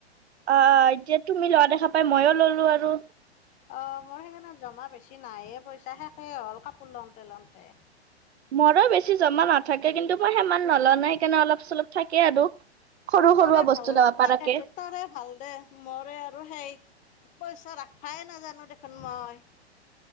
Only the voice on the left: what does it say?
অ মোৰ সেইকাৰণে জমা বেছি নাইয়ে পইচা শেষেই হ'ল কাপোৰ লওঁতে লওঁতে
অ
তৰে
ভাল
তাকেতো তৰে ভাল দে মৰে আৰু সেই পইচা ৰাখাই নাজানো দেখোন মই